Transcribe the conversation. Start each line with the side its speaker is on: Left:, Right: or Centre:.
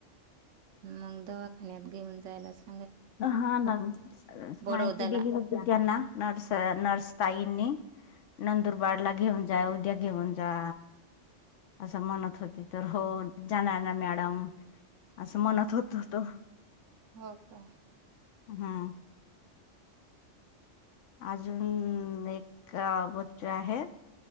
Right: मग दवाखान्यात घेऊन जायला स
Left: हा नग
Right: बडोद्याला
Left: माहिती दिली होती. त्यांना नर्स नर्स ताईंनी नंदुरबारला घेऊन जा उद्या घेऊन जा. असं म्हणत होती तर हो जाणार ना मॅडम. असं मनात होत होतं.
Right: हो का.
Left: हां. अजून एक बच्चू आहे.